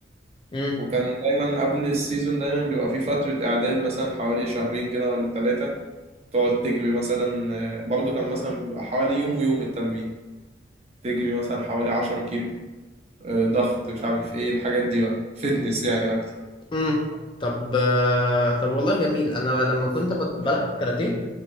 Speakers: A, on the left; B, on the right.
A: امم
B: وكان دايما قبل السيزون دايما بيبقى في فترة إعداد مثلا حوالي شهرين كده ولا ثلاثة تقعد تجري مثلا آه، برضه كان مثلا بيبقى حوالي يوم ويوم التمرين تجري مثلا حوالي 10 كيلو آه، ضغط مش عارف ايه الحاجات دي بقى فتنس يعني أكتر
A: امم طب آه طب والله جميل انا لما كنت بت- بلعب كاراتيه